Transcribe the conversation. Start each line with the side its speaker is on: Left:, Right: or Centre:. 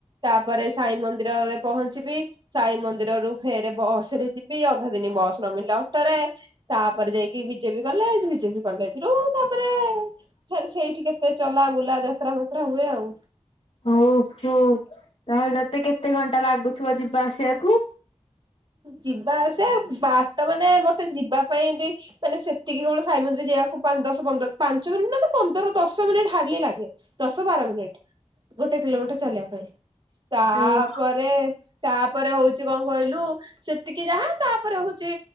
Right: ତାପରେ ସାଇ ମନ୍ଦିରରେ ପହଞ୍ଚିବି। ସାଇ ମନ୍ଦିରରୁୁ ଫେର ବସରେ ଯିବି ବସ ନ ମିଳିଲା ଅଟୋରେ ତାପରେ ଯାଇକି ବିଜେପି କଲେଜ ବିଜେପି କଲେଜରୁୁ ତାପରେ ଫେରେ ସେଇଠି କେତେ ଚଲା ବୁଲା ଯାତ୍ରା ମାତ୍ରା ହୁଏ ଆଉ।
Left: ହଉ ହ ତାହେଲେ ତତେ କେତେ ଘଣ୍ଟା ଲାଗୁଥିବ ଯିବା ଆସିବାକୁ?
Right: ଯିବା ଆସ ବାଟ ମାନେ ମତେ ଯିବା ପାଇଁ ମାନେ ସେତିକି ବେଳୁ ସାଇ ମନ୍ଦିର ଯିବାକୁ ପାଞ୍ଚ ଦଶ ପନ୍ଦର ପାଞ୍ଚ ମିନିଟ ନୁହ ତ ପନ୍ଦରରୁ ଦଶ ମିନିଟ ହାଡଲି ଲାଗେ ଦଶ ବାର ମିନିଟ୍। ଗୋଟେ କିଲୋମିଟର ଚାଲିବା ପାଇଁ ତାପରେ
Left: ଓ
Right: ତାପରେ ହଉଛି କଣ କହିଲୁ? ସେତିକି ଯାହା ତାପରେ ହଉଛି